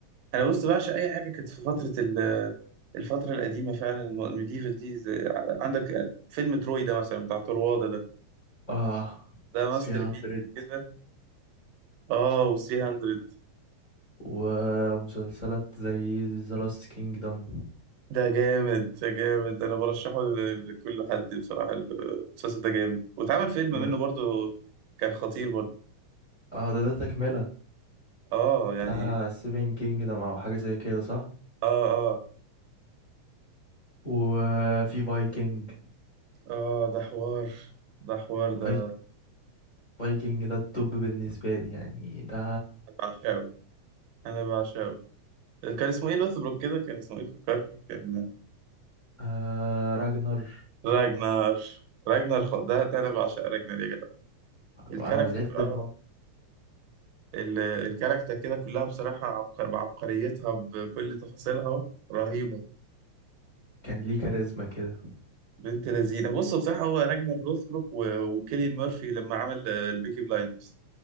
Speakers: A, on the right; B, on the left.
A: انا بص بعشق اي حاجه كانت في فتره ال- الفتره القديمه فعلا الم- الميديفال دي زي- عندك فيلم تروي ده مثلا بتاع طروادة ده
B: اه
A: ده
B: 300
A: ماستر بيس كده اه و 300
B: ومسلسلات زي ذا لاست كينجدم
A: ده جامد ده جامد انا برشحه ل- لكل حد بصراحه المسلسل ده جامد واتعمل فيلم منه
B: ده
A: برضو كان خطير برضو
B: اه ده ده تكملة
A: اه يعني
B: بتاع سيفن كينجدم او حاجة زي كده صح
A: اه اه
B: وفي فايكنج
A: اه ده حوار ده حوار ده
B: فايك فايكنج ده التوب بالنسبة لي يعني ده
A: بعشقه انا بعشقه كان اسمه ايه لوثبروك كده كان اسمه ايه فكرني كان
B: آه راجنر
A: راجنر راجنر خ- ده ده انا بعشق راجنر يا جدع الكاركتر
B: انا زعلت ان
A: اه
B: هو
A: ال- الكاركتر كده كلها بصراحة عبقر بعبقريتها بكل تفاصيلها رهيبة
B: كان ليه كاريزما كده
A: بنت لذينة بص بصراحة هو راجنر روثبروك و- وكيليان مورفي لما عمل آه، البيكي بلايندرز